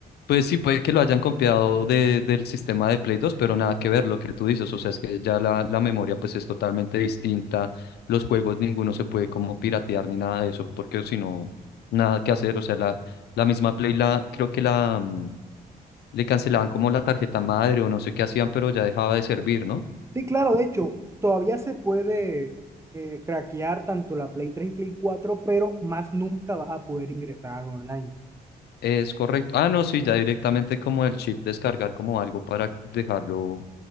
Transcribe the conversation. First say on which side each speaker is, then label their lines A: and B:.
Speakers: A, on the left (about 80°); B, on the right (about 15°).
A: Pues sí, puede que lo hayan copiado de, del sistema de Play 2, pero nada que ver lo que tú dices. O sea, es que ya la, la memoria pues es totalmente distinta. Los juegos ninguno se puede como piratear ni nada de eso, porque si no, nada que hacer. O sea, la, la misma Play la, creo que la mm, le cancelaban como la tarjeta madre o no sé qué hacían, pero ya dejaba de servir, ¿no?
B: Sí, claro, de hecho, todavía se puede eh, craquear tanto la Play 3, y Play 4, pero más nunca vas a poder ingresar online.
A: Es correcto. Ah, no, sí, ya directamente como el chip descargar como algo para dejarlo,